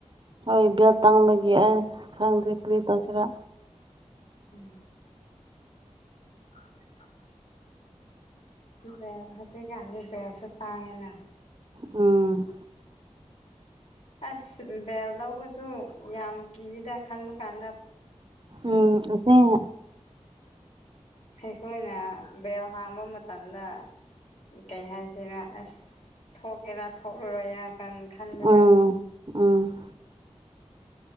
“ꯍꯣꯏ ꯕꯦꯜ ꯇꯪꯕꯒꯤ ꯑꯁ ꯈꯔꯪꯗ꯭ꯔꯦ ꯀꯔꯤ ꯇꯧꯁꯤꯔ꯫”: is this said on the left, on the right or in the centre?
Right